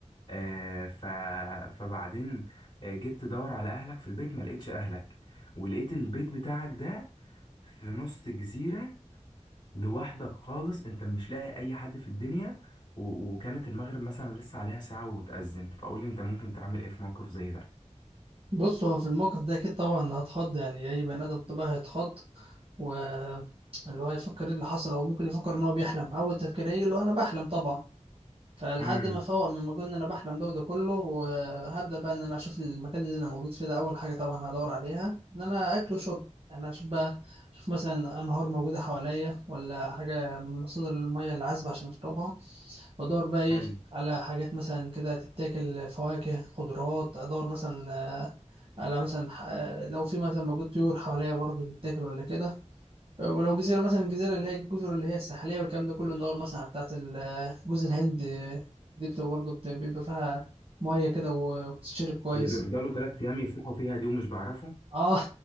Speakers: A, on the left; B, on the right.
A: آه، ف... فبعدين آه، جيت تدور على اهلك في البيت ما لقيتش اهلك ولقيت البيت بتاعك ده في نص جزيرة لوحدك خالص انت مش لاقي اي حد في الدنيا و... وكانت المغرب مثلا لسه عليها ساعة وتأذن فقول لي انت ممكن تعمل ايه في موقف زي ده
B: بص هو في الموقف ده اكيد طبعا هتخض يعني اي بني ادم طبيعي هيتخض و اللي هو يفكر ايه اللي حصل او ممكن يفكر ان هو بيحلم اول تفكير هيجي اللي هو انا بحلم طبعا فلحد
A: امم
B: ما فوق من موضوع ان انا بحلم ده وده كله وهبدا بقى ان انا اشوف المكان اللي انا موجود فيه ده اول حاجه طبعا هدور عليها ان انا اكل وشرب يعني اشوف بقى اشوف مثلا انهار موجوده حواليا ولا حاجه مصادر الميه اللي عذبه عشان اشربها وادور بقى ايه
A: حلو
B: على حاجات مثلا كده تتاكل فواكه خضروات ادور مثلا آه، على مثلا ح- آه، لو في مثلا موجود طيور حواليا برضه تتاكل ولا كده ولو جزيرة مثلا الجزيرة اللي هي الجزر اللي هي الساحلية والكلام ده كله اللي هو المصنع بتاعت ال- آه، جوز الهند دي بتبقى برضه بت- بيبقى فيها مية كده وبتشرب كويس
A: اللي بيفضلوا ثلاث ايام يفتحوا فيها دي ومش بعرفه
B: اه <laughs>